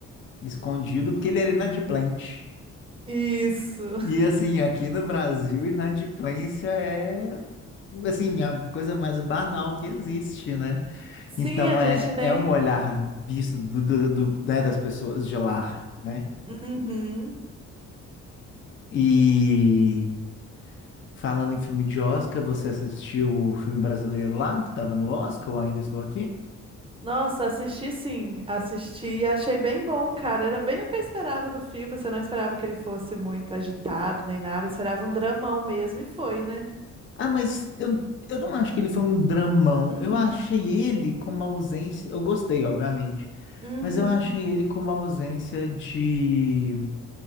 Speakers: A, on the left; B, on the right.
A: escondido porque ele era inadimplente.
B: Isso.
A: E assim, aqui no Brasil, inadimplência é assim, a coisa mais banal que existe, né?
B: Sim,
A: Então
B: a gente
A: é,
B: nem.
A: é um olhar visto do, do, do- né, das pessoas de lá, né?
B: Uhum.
A: E falando em filme de Oscar, você assistiu o filme brasileiro lá, que estava no Oscar, ou ainda estou aqui?
B: Nossa, assisti sim, assisti e achei bem bom, cara. Era bem o que eu esperava do filme. Você não esperava que ele fosse muito agitado nem nada, esperava um dramão mesmo e foi, né?
A: Ah, mas eu, eu não acho que ele foi um dramão.
B: <clears throat>
A: Eu achei ele com uma ausência. Eu gostei, obviamente.
B: Uhum.
A: Mas eu achei ele com uma ausência de.